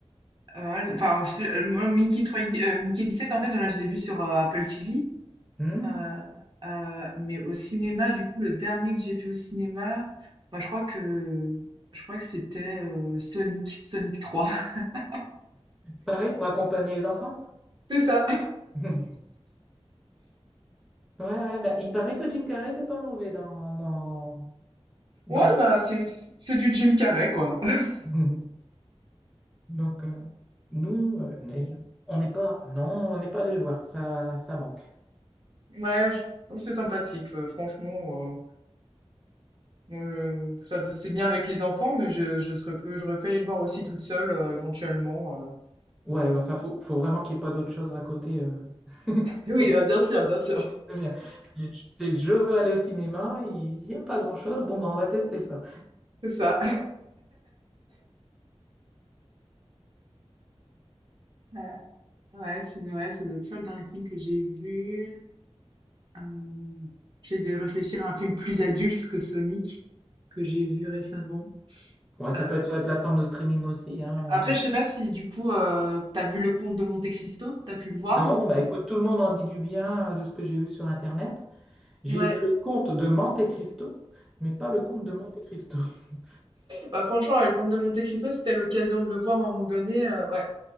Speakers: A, on the right (about 45°); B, in the centre.
A: Euh, Enfin, c'est- euh, moi, Mickey, 3D euh, Mickey 17, en fait, là, je l'ai vu sur euh, Apple TV.
B: Hmm
A: Euh, euh, mais au cinéma, du coup, le dernier que j'ai vu au cinéma, bah, je crois que je crois que c'était euh, Sonic, Sonic 3. <laughs>
B: Pareil pour accompagner les enfants?
A: C'est ça.
B: <laughs> Ouais, ouais, bah, il paraît que Jim Carrey était pas mauvais dans, dans, dans
A: Ouais,
B: le.
A: bah, c'est, c'est du Jim Carrey, quoi. <laughs>
B: <laughs> Donc, euh, nous, euh, n'est- on n'est pas, non, on n'est pas allé le voir, ça, ça manque.
A: Ouais, je trouve que c'est sympathique, euh, franchement. euh, euh, ça, c'est bien avec les enfants, mais je, je serais peu, j'aurais pu aller le voir aussi toute seule, euh, éventuellement. euh.
B: Ouais, bah, enfin, faut, faut vraiment qu'il n'y ait pas d'autre chose à côté. euh. <laughs>
A: Oui, bah, bien sûr, bien sûr.
B: C'est bien. C'est je veux aller au cinéma, il n'y a pas grand-chose, bon, bah, on va tester ça.
A: <laughs> C'est ça. Euh, ouais, c'est ouais, ça doit être ça le dernier film que j'ai vu. Hem, j'essaie de réfléchir à un film plus adulte que Sonic, que j'ai vu récemment.
B: Ouais, ça
A: Heu,
B: peut être sur les plateformes de streaming aussi, hein.
A: après,
B: quand-
A: je sais pas si du coup, heu, tu vu Le Comte de Monte-Cristo? T'as pu le voir
B: Non,
A: ou?
B: bah écoute, tout le monde en dit du bien euh, de ce que j'ai vu sur Internet. J'ai
A: Ouais,
B: vu le conte de Monte Cristo, mais pas le conte de Monte Cristo. <laughs>
A: bah, franchement, ouais, Le Comte de Monte-Cristo, si t'as l'occasion de le voir à un moment donné, heu, ouais,